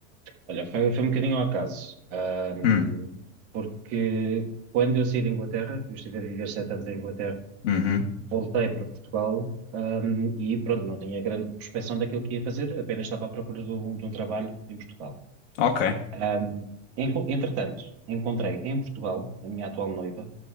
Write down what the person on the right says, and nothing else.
Olha, foi, foi um bocadinho ao acaso, Ahm,
porque quando eu saí da Inglaterra, eu estive a viver sete anos em Inglaterra,
voltei para Portugal, ahm, e pronto, não tinha grande prospeção daquilo que ia fazer, apenas estava à procura de um, de um trabalho em Portugal.
Ahm, enco- entretanto, encontrei em Portugal a minha atual noiva,